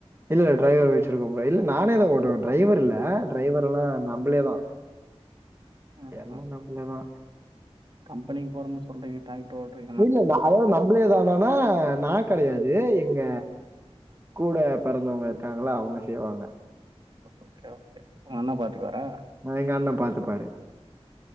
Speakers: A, on the right; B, on the right.
A: இல்ல இல்ல டிரைவர் வெச்சிருக்கோ இல்ல நானே தா ஓட்டுவே ட்ரைவர் இல்ல ட்ரைவர்லா நம்பளே தா
B: ஆஹ.
A: எல்லா நம்பளேதா
B: கம்பெனிக்கு போறன்னு சொல்றீங்க ட்ராக்டர் ஓட்டு
A: இல்ல இல்ல அதாவது நம்பளே தானானா நா கெடயாது எங்க கூட பெறந்தவங்க இருக்காங்கள்ல அவங்க செய்வாங்க
B: ஓகே ஓகே உங்க அண்ண பாத்துக்குவாரா
A: அ எங்க அண்ண பாத்துப்பாரு